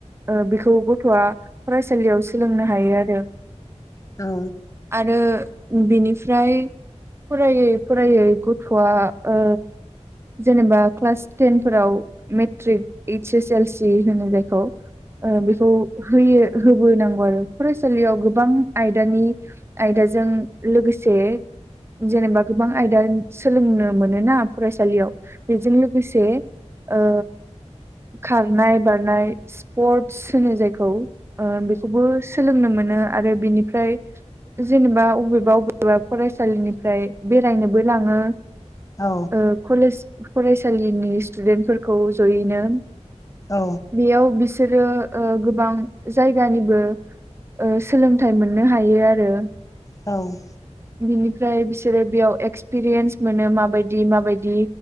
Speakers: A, on the right; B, on the left.
A: ओ बेखौ गथ'आ फरायसालियाव सोलोंनो हायो आरो।
B: औ
A: आरो बेनिफ्राय फरायै फरायै गथ'आ ओ जेनेबा क्लास टेन फोराव matric S L C होनो जायखौ ओ बेखौ होयो होबोनांगौ आरो फरायसालियाव गोबां आयदानि आयदाजों लोगोसे जेनेबा गोबां आयदा सोलोंनो मोनो ना फरायसालियाव बेजों लोगोसे ओ खारनाय बारनाय स्पर्टस होनो जायखौ ओ बेखौबो सोलोंनो मोनो आरो बिनिफ्राय जेनेबा अबेबा अबेबा फरायसालिनिफ्राय बेरायनोबो लाङो।
B: औ
A: ओ कलेज फरायसालिनि स्टुडेन्टफोरखौ जयैनो
B: औ
A: बेयाव बिसोरो ओ गोबां जायगानिबो ओ सोलोंथाइ मोननो हायो आरो।
B: औ
A: बिनिफ्राय बिसोरो बियाव एक्सपिरियेन्स मोनो माबायदि माबायदि।